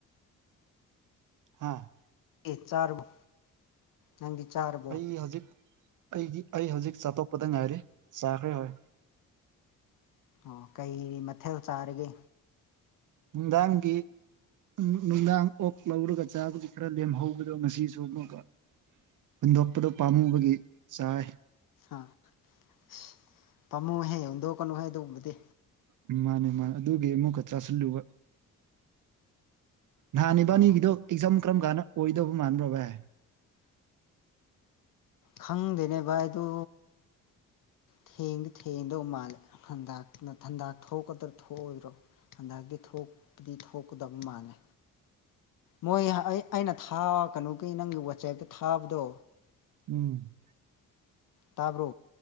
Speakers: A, on the right (about 55°); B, on the left (about 60°).
A: ꯍꯥꯥ
B: ꯑꯦ ꯆꯥꯔꯃ ꯅꯪꯗꯤ ꯆꯥꯔꯞ
A: ꯑꯩ ꯍꯧꯖꯤꯛ ꯑꯩꯗꯤ ꯑꯩ ꯍꯧꯖꯤꯛ ꯆꯥꯇꯣꯛꯄꯗ ꯉꯥꯏꯔꯤ ꯆꯥꯈ꯭ꯔꯦ ꯍꯣꯏ
B: ꯑꯣ ꯀꯩ ꯃꯊꯦꯜ ꯆꯥꯔꯒꯦ
A: ꯅꯨꯡꯗꯥꯡꯒꯤ ꯎꯝ ꯅꯨꯡꯗꯥꯡ ꯑꯣꯛ ꯂꯧꯔꯒ ꯆꯥꯕꯒꯤ ꯈꯔ ꯂꯦꯝꯍꯧꯕꯗꯣ ꯉꯁꯤꯁꯨ ꯑꯃꯨꯛꯒ ꯍꯨꯟꯗꯣꯛꯄꯗꯨ ꯄꯥꯝꯃꯨꯕꯒꯤ ꯆꯥꯏ
B: ꯑꯥ ꯁꯤ ꯄꯥꯝꯃꯨꯍꯦ ꯍꯨꯟꯗꯣꯛꯀꯅꯨ ꯍꯦ ꯑꯗꯨꯒꯨꯝꯕꯗꯤ
A: ꯎꯝ ꯃꯥꯅꯦ ꯃꯥ ꯑꯗꯨꯒꯤ ꯑꯃꯨꯛꯀ ꯆꯥꯁꯤꯜꯂꯨꯕ ꯅꯍꯥꯟ ꯏꯕꯥꯟꯅꯤꯒꯤꯗꯣ
B: ꯑꯥ
A: ꯑꯦꯛꯖꯥꯝ ꯀꯔꯝ ꯀꯥꯟꯗ ꯑꯣꯏꯗꯧꯕ ꯃꯥꯟꯕ꯭ꯔꯣ ꯚꯥꯢ
B: ꯈꯪꯗꯦꯅꯦ ꯚꯥꯏ ꯑꯗꯣ ꯊꯦꯡꯗꯤ ꯊꯦꯡꯗꯧ ꯃꯥꯜꯂꯦ ꯍꯟꯗ ꯅꯊꯟꯗꯥ ꯊꯣꯛꯀꯗꯔ ꯊꯣꯛꯑꯣꯏꯔꯣ ꯍꯟꯗꯛꯇꯤ ꯊꯣꯛꯄꯗꯤ ꯊꯣꯛꯀꯗꯕ ꯃꯥꯜꯂꯦ ꯃꯣꯏ ꯑꯩ ꯑꯩꯅ ꯊꯥ ꯀꯩꯅꯣꯒꯤ ꯅꯪꯒꯤ ꯋꯥꯆꯦꯞꯇ ꯊꯥꯕꯗꯣ
A: ꯎꯝ
B: ꯇꯥꯕ꯭ꯔꯣ